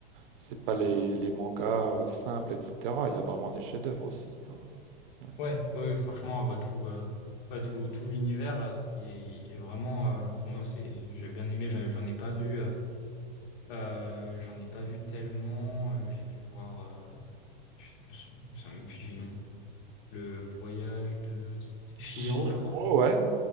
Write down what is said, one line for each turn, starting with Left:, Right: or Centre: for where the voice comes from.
Right: c'est pas les, les mangas euh, simples, etc. Il y a vraiment des chefs-d'œuvre aussi. hein, ouais.
Left: Ouais, ouais, ouais, franchement, bah, tout, euh, ouais, tout, tout l'univers euh, c'est- est, vraiment, euh, pour moi, c'est, j'ai bien aimé, j'en, j'en ai pas vu, euh, euh, j'en ai pas vu tellement, euh, j'ai dû voir, euh, je sais je me souviens- je me souviens même plus du nom, le voyage de, c'est Chihiro,
Right: Chihiro,
Left: je crois.
Right: ouais,